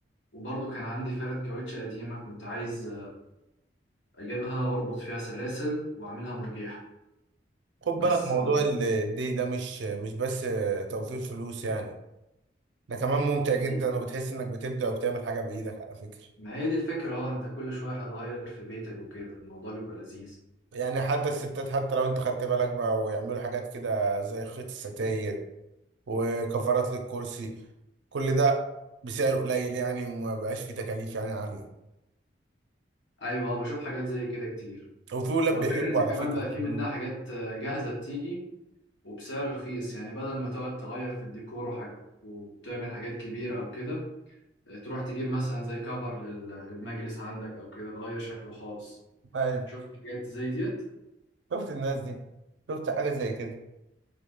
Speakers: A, on the left; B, on the right.
A: وبرضه كان عندي فرد كاوتش قديمة كنت عايز اجيبها واربط فيها سلاسل واعملها مرجيحة
B: خد بالك
A: بس
B: موضوع
A: آه،
B: ال- الدي ده مش مش بس توفير فلوس يعني ده كمان ممتع
A: دي
B: جدا وبتحس انك بتبدع وبتعمل حاجة بإيدك على فكرة
A: ما هي دي الفكرة اه انت كل شوية هتغير في بيتك وكده الموضوع بيبقى لذيذ
B: يعني حتى الستات حتى لو انت خدت بالك بقى ويعملوا حاجات كده زي خيط الستاير وكفرات للكرسي كل ده بسعر قليل يعني وما بقاش فيه تكاليف يعني عالية
A: ايوه اه بشوف حاجات زي كده كتير
B: وفي ولاد
A: هو الفكرة
B: بيحبوا
A: ان
B: على
A: كمان
B: فكرة
A: بقى
B: الكلام
A: في منها
B: ده
A: حاجات آه، جاهزة بتيجي وبسعر رخيص يعني بدل ما تقعد تغير في الديكور وح- وبتعمل حاجات كبيرة او كده تروح تجيب مثلا زي كفر لل- للمجلس عندك او كده تغير شكله خالص
B: ايوه
A: شفت حاجات زي ديت
B: شفت الناس دي شفت حاجة زي كده